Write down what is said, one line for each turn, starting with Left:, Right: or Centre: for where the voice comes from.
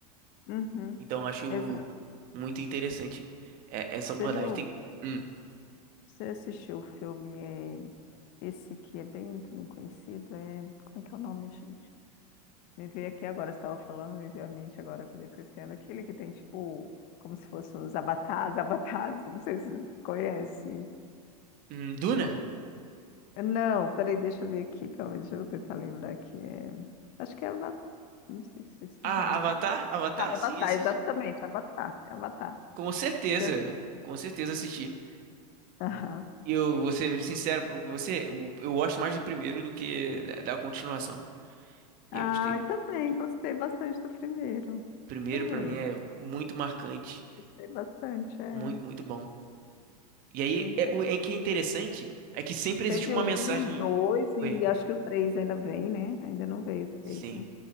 Left: uhum,
Right: Então eu acho
Left: exato.
Right: muito interessante é, essa abordagem.
Left: Você viu?
Right: Tem hum,
Left: Você assistiu o filme, é, esse que é bem também conhecido, é, como é que é o nome, gente? Me veio aqui agora, você estava falando, me veio à mente agora, acabei esquecendo, aquele que tem, tipo, como se fossem os avatares, avatares, <laughs> não sei se você conhece.
Right: hum, Duna?
Left: Não, peraí, deixa eu ver aqui, calma, deixa eu tentar lembrar aqui, é, acho que é Avatar, não sei se é esse
Right: Ah,
Left: nome exatamente.
Right: Avatar? Avatar?
Left: Tá, Avatar,
Right: Sim, assisti.
Left: exatamente, Avatar, é Avatar.
Right: Com certeza,
Left: Eu-
Right: com certeza assisti.
Left: Aham.
Right: E eu vou ser sincero pra você, eu, eu gosto mais do primeiro do que da, da continuação.
Left: Ah,
Right: E Eu gostei. O
Left: eu também, gostei bastante do primeiro,
Right: Primeiro,
Left: também.
Right: pra mim, é muito marcante,
Left: Tem bastante, é.
Right: muito, muito bom. E aí,
Left: Muito interessante.
Right: é, o é que é interessante é que sempre existe
Left: Teve
Right: uma
Left: um,
Right: mensagem.
Left: dois e
Right: Oi,
Left: acho que o três ainda vem, né? Ainda não veio o três,
Right: sim.
Left: né?